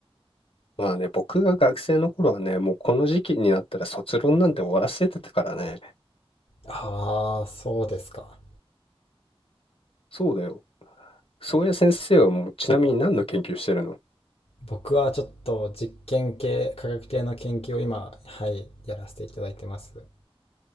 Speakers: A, on the left; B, on the left.
A: まあね、僕が学生の頃はね、もうこの時期になったら卒論なんて終わらせてたからね。
B: ああ、そうですか。
A: そうだよ。そうや先生はもうちなみに何の研究してるの
B: 僕はちょっと実験系、科学系の研究を今、はい、やらせていただいてます。